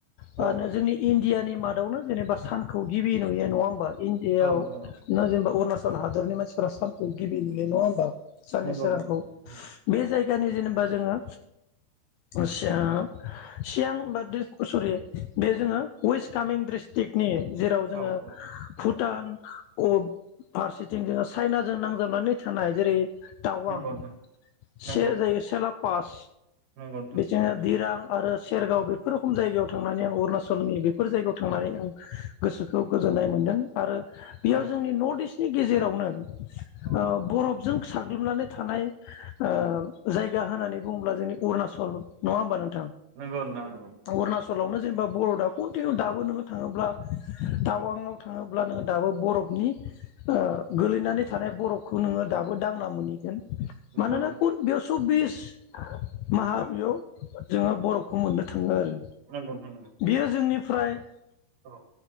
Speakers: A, on the right; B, on the left.
A: औ
B: मानो जोंनि इण्डिया नि मादावनो जेनेबा सानखौ गिबि नुयो नङा होमबा इण्डियाआव
A: औ नोंथां औ
B: न जेनेबा अरुणाचल हादरनि मानसिफोरा सानखौ गिबि नुयो नङा होनोमबा साननि
A: नंगौ
B: सोरांखौ
A: नंगौ नोंथां नंगौ
B: बे
A: नंगौ
B: जायगानि जेनेबा बो जोंङो ओ सियां सियां होम कसुरि बे जोङो वेस्ट कामिं डिस्ट्रिक्टनि जेराव जोङो
A: औ औ
B: भुटान
A: औ नोंथां
B: कब फारसेथिं जोङो चाइनाजों नांजाबनानै थानाय जेरै दाववां
A: नंगौ नोंथां नंगौ
B: से जायो सेलाब पास
A: नंगौ नोंथां
B: बेसार दिरां आरो सेरगाव बो फोरो खम जायगायाव थांनानै आं अरुणाचलनि बेफोर जायगायाव थांनानै आं गोसोखौ गोजोननाय मोन्दों आरो बेयाव
A: नंगौ
B: जोंनि नर्थ इस्ट नि गेजेरावनो
A: औ
B: औ‌ बर' जों साग्लोबनानै थानाय ओ जायगा होननानै बुङोब्ला जोंनि अरुणाचल नङा होमबा नों
A: नंगौ नोंथां नंगौ
B: अरुणाचलावनो जेनेबा बरफ दा कन्टिनिउ दाबो नोङो थाङोब्ला टावांआव थाङोब्ला नोङो दाबो बरफनि ओ गोलैनानै थानाय बरफखौ नोङो दाबो दांना मोनहैगोन
A: नंगौ
B: मानोना खन बियाव सबबिस माहा बेयाव जोङो बरफखौ मोननो था थाङो आरो
A: नंगौ नोंथां नंगौ नोंथां नंगौ
B: बेयो जोंनि फ्राय
A: औ